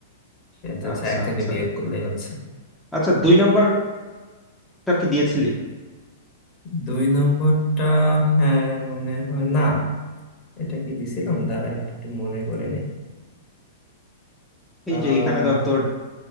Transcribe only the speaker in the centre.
আচ্ছা
আচ্ছা
আচ্ছা দুই নাম্বারটা কি দিয়েছিলি
এই যে এখানে ধর তোর